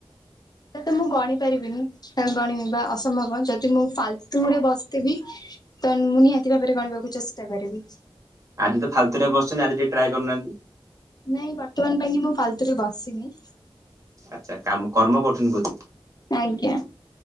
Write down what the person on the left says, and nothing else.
ତା ତ ମୁଁ ଗଣି ପାରିବିନି। ଗଣିବି ବା ଅସମ୍ଭବଣ ଯଦି ମୁଁ ଫାଲତୁ ରେ ବସିଥିବି ତ ମୁଁ ନିହାତି ଭାବରେ ଗଣିବାକୁ ଚେଷ୍ଟା କରିବି।
ନାଇଁ ବର୍ତ୍ତମାନ ପାଇଁ କି ମୁଁ ଫାଲତୁରେ ବସିନି।
ଆଜ୍ଞା।